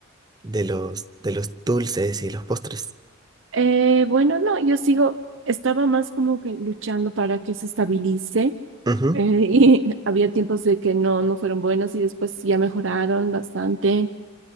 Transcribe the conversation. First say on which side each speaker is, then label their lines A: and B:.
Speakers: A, on the right (about 20°); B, on the right (about 70°).
A: de los, de los dulces y los postres?
B: Eh, bueno, no, yo sigo, estaba más como que luchando para que se estabilice.
A: Ujú,
B: eh, y <laughs> había tiempos de que no, no fueron buenos y después ya mejoraron bastante.